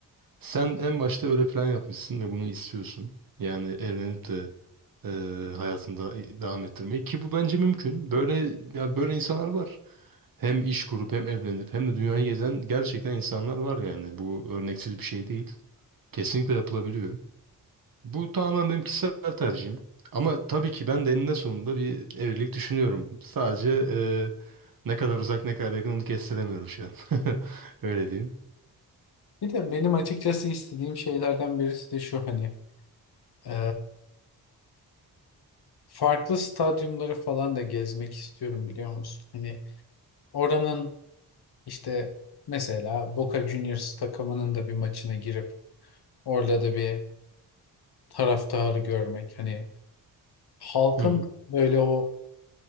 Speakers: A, on the right; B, on the left.
A: Sen en başta öyle plan yapmışsın ve bunu istiyorsun. Yani evlenip de e, hayatında devam ettirmeyi ki bu bence mümkün. Böyle ya böyle insanlar var. Hem iş kurup hem evlenip hem de dünyayı gezen gerçekten insanlar var yani. Bu örneksiz bir şey değil. Kesinlikle yapılabiliyor. Bu tamamen benim kişisel tercihim. Ama tabii ki ben de eninde sonunda bir evlilik düşünüyorum. Sadece eee, ne kadar uzak ne kadar yakın onu kestiremiyorum şu an. <laughs> Öyle diyeyim.
B: Bir de benim açıkçası istediğim şeylerden birisi de şu hani e, farklı stadyumları falan da gezmek istiyorum biliyor musun? Hani oranın İşte mesela Boca Juniors takımının da bir maçına girip orada da bir taraftarı görmek. Hani halkın
A: Hı hı,
B: böyle o